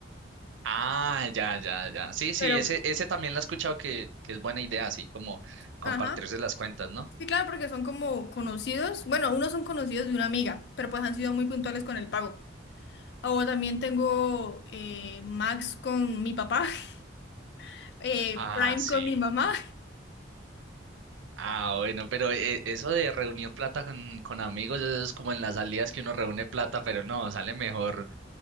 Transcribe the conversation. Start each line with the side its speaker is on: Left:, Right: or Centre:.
Right: Ah, ya, ya, ya. Sí, sí,
Left: pero,
Right: ese, ese también lo he escuchado que, que es buena idea, así como compartirse
Left: ajá,
Right: las cuentas, ¿no?
Left: sí, claro, porque son como conocidos, bueno, unos son conocidos de una amiga, pero pues han sido muy puntuales con el pago. O también tengo eh, Max con mi papá, <laughs> eh,
Right: Ah,
Left: Prime
Right: sí.
Left: con mi mamá,
Right: Ah, bueno, pero eh, eso de reunir plata con, con amigos eso es como en las salidas que uno reúne plata, pero no, sale mejor